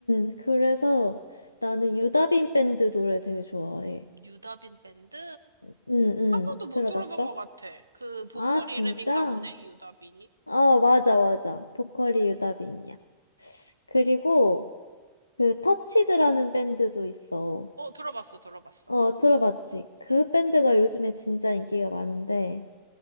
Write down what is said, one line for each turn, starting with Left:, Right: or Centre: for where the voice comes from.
Left: 음. 그래서 나는 유다빈 밴드 노래 되게 좋아해.
Right: 유다빈 밴드?
Left: 응응
Right: 한 번도 못
Left: 들어봤어?
Right: 들어본 것 같아. 그 보컬
Left: 아, 진짜?
Right: 이름인가 보네, 유다빈이?
Left: 아, 맞아, 맞아. 보컬이 유다빈이야. 그리고 그 터치드라는 밴드도 있어.
Right: 어, 들어봤어, 들어봤어.
Left: 어, 들어봤지? 그
Right: 응.
Left: 밴드가 요즘에 진짜 인기가 많은데,